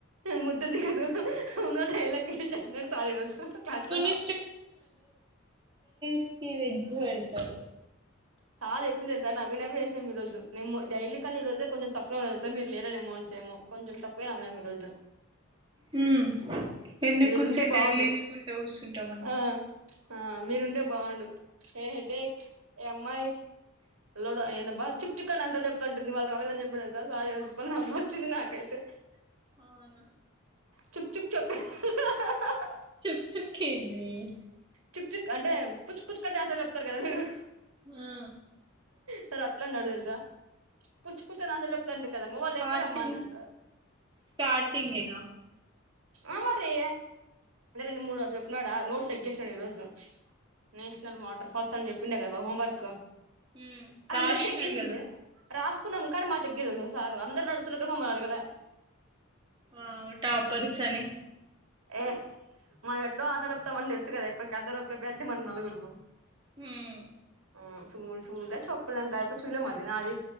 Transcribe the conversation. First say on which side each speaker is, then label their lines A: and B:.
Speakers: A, on the right; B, on the right.
A: ముద్ద ద కాదు న యలా ప చ సారిలో చ కాట్లో
B: కొన్ని కకి వెజ్ పెడతారు
A: సార్ చెప్పి తె సార్ నవ నవేసినము ఈరోజ మేము డైలీ కానీ ఈ రజే కొంచె తక్కువ ఉండదు సార్ మీరు లేరాేమో ేమో కొంచెం తక్కువే ర ఉన్నాం ఈ రోజు
B: హ ఎందుకు
A: మీరు ఉంటే
B: సెటర్లు
A: బాగుండు
B: వేసుకుంటే వస్తుంటాం మనం
A: ఆ ఆ మీరుంటే బాగుండు ఏ హెడెక్ ఏ అమ్మాయి లోడ ఏందబ్బా చుక్ చుక్కా ఆన్సర్లు చెప్పటుంది వాళ్ళు రాలేదని చెప్పిన దెలుసా సార్ ఈ రోజు నవ్వు వచ్చింది నాకైతే
B: అవునా
A: చుక్ చుక్ చెప్పు హా హా హా హా
B: చుక్ చుక్ ఏందీ
A: చుక్ చుక్ అంటే పుచ్చు పుచ్చు కంటే ఆన్సర్లు చెప్తారు గదా మీరు
B: ఆ
A: వాడు అట్లనడు దెల్సా పుచ్చు పుచ్చు అని ఆన్సర్లు చెప్తారు కదమ్మ వాళ్ళు
B: స్టార్టింగ్
A: ఎక్కడమ్మ అన్నాడు సార్
B: స్టార్టింగ్ గేదా
A: ఆ మరి రెండుమూడు చెప్తునాడా నోట్స్ చెక్ చేసాడు ఈరోజు నేషనల్ వాటర్ ఫాల్స్ అని చెప్పిండే గదా హోంవర్క్
B: ఉమ్, రాసినారు
A: అందరికి చెక్ చేసిండు
B: కదా
A: రాస్ కున్నాం కాని మాది చెక్ జేయలే సార్ అందరిని అడుగుతున్నడు గాని మమ్ముల అడుగలే
B: ఆ టాపర్స్ అని
A: ఏ మనం ఎట్లో ఆన్సర్లు చెప్తామని దెలుసు గదా ఎప్పటికి అందరం ఒకే బ్యాచ్ మన నలుగురము
B: ఉమ్
A: ఉమ్ చూ చూడలే చెప్పలే ఇంకా చూలే మాది నాది